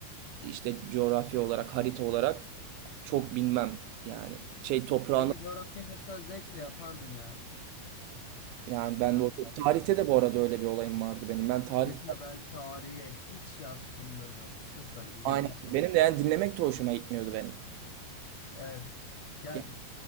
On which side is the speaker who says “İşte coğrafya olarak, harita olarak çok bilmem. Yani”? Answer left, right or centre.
Right